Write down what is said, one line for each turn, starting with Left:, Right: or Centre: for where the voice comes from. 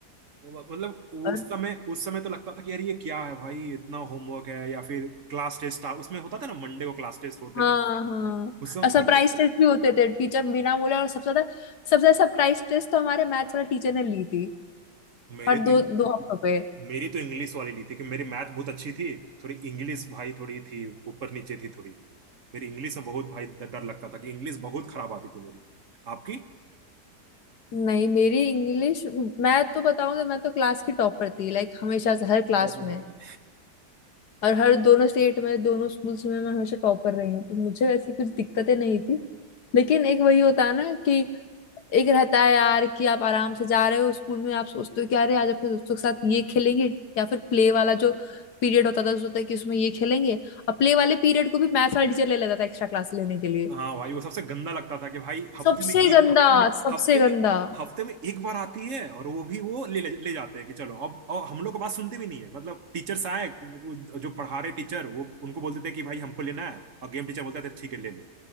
Right: म- मतलब उस
Left: और
Right: समय उस समय तो लगता था कि यार ये क्या है भाई इतना होमवर्क है या फिर क्लास टेस्ट था उसमें होता था ना मंडे को क्लास टेस्ट होते
Left: हाँ
Right: थे
Left: हाँ
Right: उस समय
Left: और सरप्राइज टेस्ट भी होते थे टीचर बिना बोले और सबसे ज्यादा सबसे ज्यादा सरप्राइज टेस्ट तो हमारे मैथ्स वाले टीचर ने ली थी
Right: मेरी
Left: हर
Right: तो
Left: दो दो हफ्तों पे
Right: मेरी तो इंग्लिश वाली ली थी कि मेरी मैथ बहुत अच्छी थी थोड़ी इंग्लिश भाई थोड़ी थी ऊपर नीचे थी थोड़ी मेरी इंग्लिश में बहुत भाई ड- डर लगता था कि इंग्लिश बहुत खराब आती थी मेरी आपकी
Left: नहीं मेरी इंग्लिश मैं तो बताऊंगी मैं तो क्लास की टॉपर थी लाइक हमेशा से हर क्लास
Right: ओ
Left: में
Right: भाई
Left: और हर दोनों स्टेट में दोनों स्कूल्स में मैं हमेशा टॉपर रही हूँ तो मुझे वैसी कुछ दिक्कतें नहीं थी लेकिन एक वही होता है ना कि एक रहता है यार कि आप आराम से जा रहे हो स्कूल में आप सोचते हो कि अरे आज अपने दोस्तों के साथ ये खेलेंगे या फिर प्ले वाला जो पीरियड होता था सोचता है कि उसमें ये खेलेंगे और प्ले वाले पीरियड को भी मैथ्स वाला टीचर ले लेता था एक्स्ट्रा क्लास लेने के लिए
Right: हाँ भाई वो सबसे गंदा लगता था कि भाई हफ्ते
Left: सबसे
Right: में एक
Left: गंदा सबसे
Right: हफ्ते में
Left: गंदा
Right: हफ्ते में एक बार आती है और वो भी वो ले ले जाते हैं कि चलो अब और हम लोग का बात सुनते भी नहीं है मतलब टीचर्स आए जो पढ़ा रहे टीचर वो उनको बोलते थे कि भाई हमको लेना है और गेम टीचर बोलता था ठीक है ले लो